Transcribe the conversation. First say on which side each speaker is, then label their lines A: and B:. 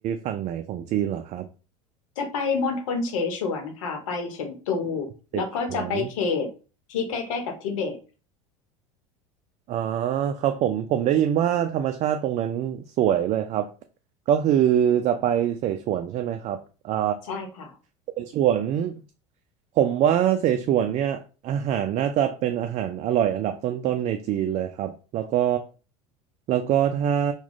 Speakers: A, on the right; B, on the left.
A: ฝั่งไหนของจีนเหรอครับ
B: จะไปมณฑลเสฉวนค่ะไปเฉิงตู
A: เสฉวน
B: แล้วก็จะไปเขตที่ใกล้ๆกับทิเบต
A: อ่าครับผมผมได้ยินว่าธรรมชาติตรงนั้นสวยเลยครับก็คือจะไปเสฉวนใช่ไหมครับอ่า
B: ใช่ค่ะ
A: เสฉวนผมว่าเสฉวนเนี่ยอาหารน่าจะเป็นอาหารอร่อยอันดับต้นๆในจีนเลยครับแล้วก็แล้วก็ถ้า